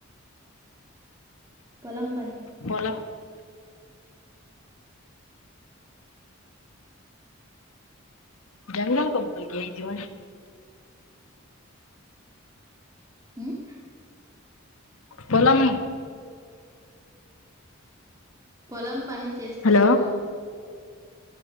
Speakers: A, on the right; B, on the left.
A: పొలం పని
B: పొలం జంగల్ క పనికి పో
A: ఉం
B: పొలం
A: పొలం పని చేస్తారు
B: హలో